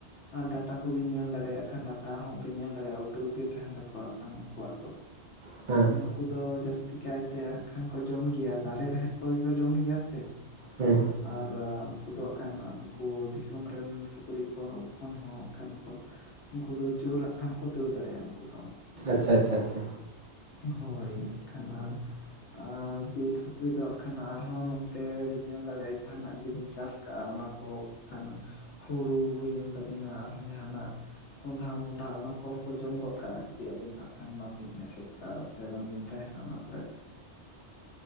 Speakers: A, on the left; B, on the right.
A: ᱟᱨ ᱰᱟᱴᱟ ᱠᱚᱵᱤᱱ ᱧᱮᱞ ᱫᱟᱲᱮᱭᱟᱜ ᱠᱷᱟᱱ ᱰᱟᱴᱟ ᱦᱚᱸ ᱵᱤᱱ ᱧᱮᱞ ᱫᱟᱲᱮᱭᱟᱜᱼᱟ᱾ ᱩᱰᱩᱠ ᱜᱮ ᱛᱟᱦᱮᱱ ᱛᱟᱠᱚ ᱠᱷᱟᱱ ᱩᱱᱠᱩᱣᱟᱜ ᱫᱚ᱾
B: ᱦᱮᱸ᱾
A: ᱩᱱᱠᱩ ᱫᱚ ᱡᱟᱹᱥᱛᱤ ᱠᱟᱭᱛᱮ ᱦᱟᱸᱜ ᱠᱷᱟᱱ ᱠᱚ ᱡᱚᱢ ᱜᱮᱭᱟ᱾ ᱫᱟᱨᱮ ᱨᱮᱦᱮᱫ ᱠᱚᱜᱮ ᱠᱚ ᱡᱚᱢ ᱜᱮᱭᱟ ᱥᱮ
B: ᱦᱮᱸ
A: ᱟᱨ ᱩᱱᱠᱩ ᱫᱚ ᱦᱟᱜ ᱠᱷᱟᱱ ᱱᱩᱠᱩ ᱫᱤᱥᱚᱢ ᱨᱮᱱ ᱥᱩᱠᱨᱤ ᱠᱚ ᱠᱷᱚᱱ ᱦᱚᱸ ᱦᱟᱸᱜ ᱠᱷᱟᱱ ᱠᱚ ᱩᱱᱠᱩ ᱫᱚ ᱡᱳᱨ ᱦᱟᱜ ᱠᱷᱟᱱ ᱠᱚ ᱫᱟᱹᱲ ᱫᱟᱲᱮᱭᱟᱜᱼᱟ, ᱩᱱᱠᱩ ᱫᱚ᱾
B: ᱟᱪᱪᱷᱟ, ᱟᱪᱪᱷᱟ, ᱟᱪᱪᱷᱟ᱾
A: ᱦᱳᱭ ᱦᱟᱜ ᱠᱷᱟᱱ ᱟᱨ ᱵᱤᱨ ᱥᱩᱠᱨᱤ ᱫᱚ ᱦᱟᱸᱜ ᱠᱷᱟᱱ ᱟᱨᱦᱚᱸ ᱱᱚᱛᱮ ᱵᱤᱱ ᱧᱮᱞ ᱫᱟᱲᱮᱭᱟᱜᱼᱟ, ᱡᱟᱦᱟᱱᱟᱜ ᱡᱩᱫᱤ ᱵᱤᱱ ᱪᱟᱥ ᱠᱟᱜᱼᱟ᱾ ᱚᱱᱟ ᱠᱚ ᱠᱟᱱᱟ ᱦᱩᱲᱩ ᱦᱩᱭᱮᱱ ᱛᱟᱵᱤᱱᱟ ᱟᱨᱦᱚᱸ ᱡᱟᱦᱟᱱᱟᱜ ᱠᱚᱸᱰᱷᱟ ᱢᱚᱰᱷᱟ ᱚᱱᱟ ᱠᱚᱦᱚᱸ ᱠᱚ ᱡᱚᱢ ᱜᱚᱫ ᱠᱟᱜᱼᱟ᱾ ᱡᱩᱫᱤ ᱟᱹᱵᱤᱱ ᱦᱟᱜ ᱠᱷᱟᱱ ᱵᱟᱝ ᱵᱤᱱ ᱮᱥᱮᱫ ᱠᱟᱜ-ᱟ ᱥᱮ ᱵᱟᱝᱵᱤᱱ ᱛᱟᱦᱮᱱᱟ᱾ ᱚᱱᱟ ᱠᱚᱨᱮ